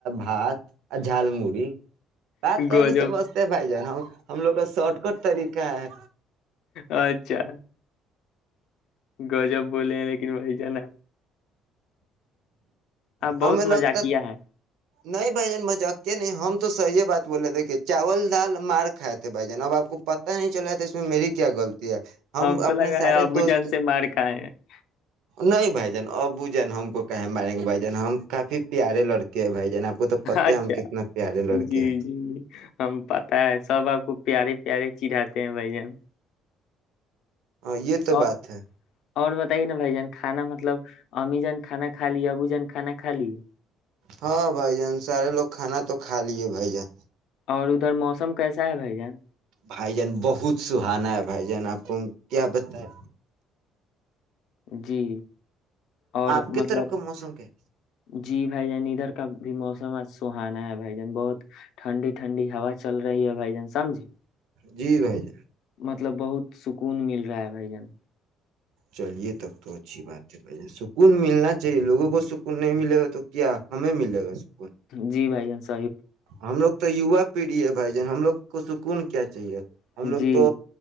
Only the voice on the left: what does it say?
گوجب
اچھا گجب بولے ہیں لیکن بھائی جانا بہت
مزہ کیا ہے
کو
لگا
ہے ابو
جان سے مار کھائے ہیں
اچھا
جی جی ہم پتا ہے سب آپ کو پیارے پیارے چھڑاتے ہیں بھائی جان
اور
اور بتائیے نا بھائی جان کانا مطلب امی جان کھانا کھا لی ابو جان کھانا کھا لی
اور ادھر موسم کیسا ہے بھائی جان
جی اور
مطلب
جی بھائی جان ادھر کا بھی موسم آج سہانا ہے بھائی جان بہت ٹھنڈی ٹھنڈی ہوا چل رہی ہے بھائی جان سمجھی
مطلب بہت سکون مل رہا ہے بھائی جن
جی بھائی جان سے
بول-
جی